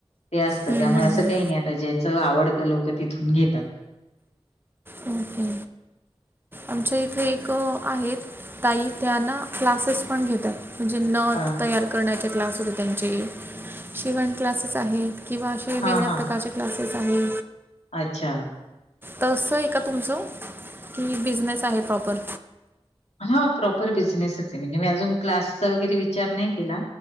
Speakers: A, on the left; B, on the right.
A: ते असतं
B: हम्म,
A: त्यामुळे
B: हम्म,
A: असं
B: हम्म.
A: काही नाही आता ज्याच आवडत लोक तिथून घेतात.
B: अओके. आमच्या इथे एक आहेत ताई त्यांना क्लासेस पण घेतात. म्हणजे नथ
A: अ,
B: तयार करण्याचे क्लास होते त्यांचे शिवण क्लासेस आहेत. किंवा असे वेगळ्या
A: हां, हां.
B: प्रकारचे क्लासेस आहे.
A: अच्छा.
B: तसं आहे का तुमचं की बिझनेस आहे प्रॉपर.
A: हा प्रॉपर बिझनेसच आहे म्हणजे मी अजून क्लासचा वगैरे विचार नाही केला.